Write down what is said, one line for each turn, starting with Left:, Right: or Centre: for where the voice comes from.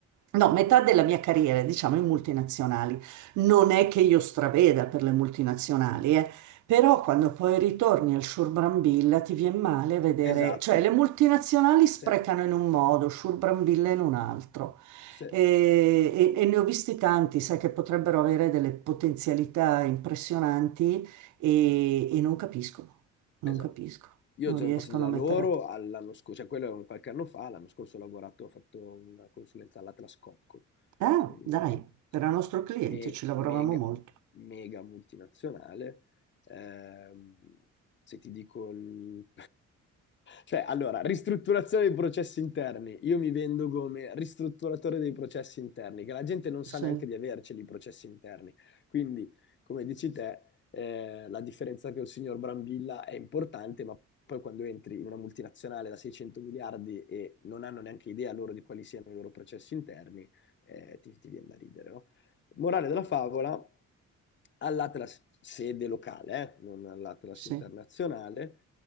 Right: No, metà della mia carriera, diciamo, in multinazionali. Non è che io straveda per le multinazionali, eh, Però quando poi ritorni al Sciurbrambilla ti viene male a vedere,
Left: Esatto,
Right: cioè le multinazionali sprecano
Left: sì.
Right: in un modo, Sciurbrambilla in un altro.
Left: Sì,
Right: E, e- e ne ho visti tanti, sai, che potrebbero avere delle potenzialità impressionanti e, e non capiscono, non
Left: esatto.
Right: capiscono,
Left: Io
Right: non
Left: sono
Right: riescono
Left: passato da
Right: a mettere
Left: loro all'anno scorso, cioè quello è un qualche anno fa, l'anno scorso ho lavorato, ho fatto una consulenza all'Atlas Copco,
Right: a... Ah,
Left: sai,
Right: dai,
Left: ge-
Right: era nostro cliente,
Left: me-
Right: ci lavoravamo
Left: mega,
Right: molto.
Left: mega multinazionale. Ehm, se ti dico il Cioè, allora, ristrutturazione dei processi interni. Io mi vendo come ristrutturatore dei processi interni, che la gente non
Right: Sì.
Left: sa neanche di averceli i processi interni. Quindi, come dici te, eh, la differenza che il signor Brambilla è importante, ma poi quando entri in una multinazionale da 600 miliardi e non hanno neanche idea loro di quali siano i loro processi interni, eh, ti, ti viene da ridere, no? Morale della favola, all'Atlas sede locale, eh, non all'Atlas
Right: Sì,
Left: internazionale